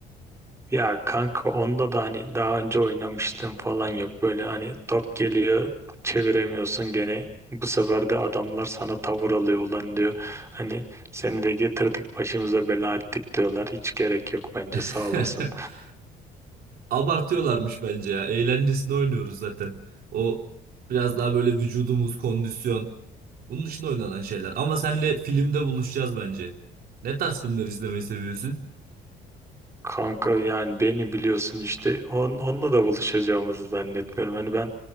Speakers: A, on the right; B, on the right.
A: Ya kanka onda da hani daha önce oynamışlığım falan yok. Böyle hani top geliyor çeviremiyorsun gene bu sefer de adamlar sana tavır alıyor ulan diyor. Hani seni de getirdik başımıza bela ettik diyorlar. Hiç gerek yok bence
B: <laughs>
A: sağ olasın.
B: Abartıyorlarmış bence ya. Eğlencesini oynuyoruz zaten. O biraz daha böyle vücudumuz, kondisyon. Bunun için oynanan şeyler. Ama senle filmde buluşacağız bence. Ne tarz filmler izlemeyi seviyorsun?
A: Kanka yani beni biliyorsun işte on, onunla da buluşacağımızı zannetmiyorum. Hani ben